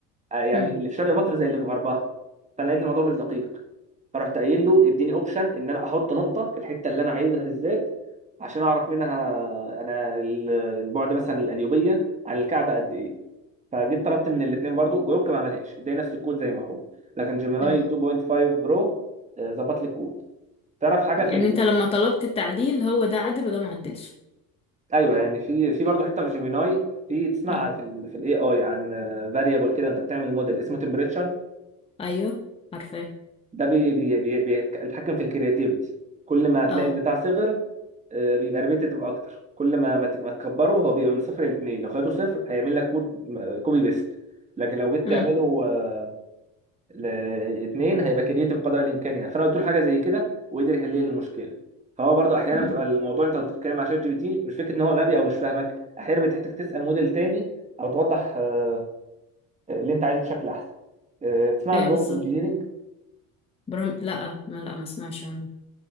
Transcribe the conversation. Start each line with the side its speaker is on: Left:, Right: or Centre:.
Right: آه، يعني
Left: امم
Right: اللي في شرق مصر زي اللي في غربها فانا لقيت الموضوع مش دقيق فرحت قايل له اديني اوبشن ان انا احط نقطه في الحته اللي انا عايزها بالذات عشان اعرف منها انا ال- البعد مثلا القليوبيه عن الكعبه قد ايه فجيت طلبت من الاثنين برضو جروك ما عملهاش اداني نفس الكود زي ما هو لكن جيميناي
Left: تمام
Right: 2.5 برو آه، ظبط لي الكود تعرف حاجه
Left: يعني
Right: في
Left: انت لما طلبت التعديل هو ده عدل وده ما عدلش
Right: ايوه يعني في في برضه حته في جيميناي في تسمع
Left: اه
Right: في ال في الاي اي عن فاريبل كده انت بتعمل موديل اسمه تمبريتشر
Left: ايوه عارفاه
Right: ده بي بي بي بيتك- بيتحكم في الكرياتيفيتي كل ما هتلاقي
Left: اه
Right: البتاع صغر آه، بيبقى ريبيتيتيف اكتر كل ما ما ت- ما تكبره هو بيبقى من صفر لاتنين لو خدته صفر هيعمل لك كود كوبي بيست لكن لو جيت
Left: امم
Right: تعمله آه، لاثنين هيبقى كرييتيف قدر الامكان يعني فانا قلت له حاجه زي كده وقدر يحل لي المشكله فهو برضو احيانا
Left: امم
Right: بتبقى الموضوع انت بتتكلم مع شات جي بي تي مش فكره ان هو غبي او مش فاهمك احيانا بتحتاج تسال موديل تاني او توضح آه، اللي انت عايزه بشكل احسن آه، تسمع
Left: ايوه
Right: البرومبت
Left: بالظبط
Right: انجينيرنج؟
Left: برام لا ما لا ما اسمعش عنه